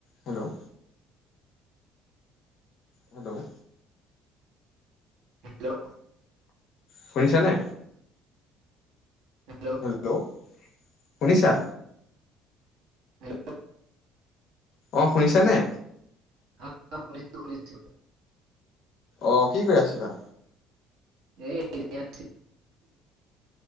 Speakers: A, on the left; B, on the right.
A: Hello hello
B: hello.
A: শুনিচা নে?
B: Hello
A: hello শুনিছা?
B: Hello
A: অঁ শুনিছা নে?
B: আ শুনিছো শুনিছো।
A: অ' কি কৰি আছিলা?
B: এই এনেই আ